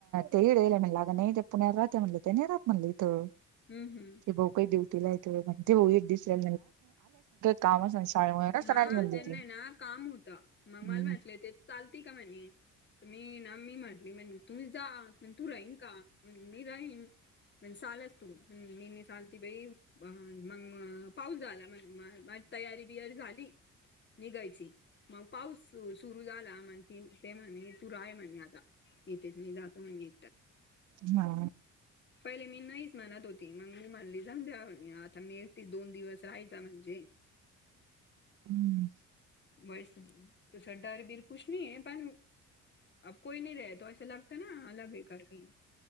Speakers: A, on the right; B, on the left.
A: तेला म्हण अग नाही ते पुण्या राहत म्हणलं त्या नाही राहत म्हणलं इथं.
B: हं, हं.
A: ते बो काय देवस. तला म्हण ते दिस आ काम. नसताना
B: हा
A: आली म्हणली
B: त्यांना
A: ती.
B: ना काम होतं मग
A: हम्म
B: मलम असले ते चालते का म्हणे. मी ना मी म्हटली म्हण तुम्ही जा म्हण तू राहीन का मी राहीन. ण चालच तू मीी चाल ती बाई मग पाऊ झाला माझ तयारी. बिर झाली निघायची. मग पाऊस सुरु झाला मग ते म्हणे तू रा आहे म्हणे आता इथेच मी जातो. म्हण य.
A: हा.
B: पहिले मी नाहीच म्हणत होती मग मी म्हणली सांग द्या आता मी एकटे दोन दिवस राहायचा म्हणजे.
A: हम्म.
B: वै सडरबीर कुश नाही आहे पण. अब कोई नाही र तो स लागत ना अग हे करते.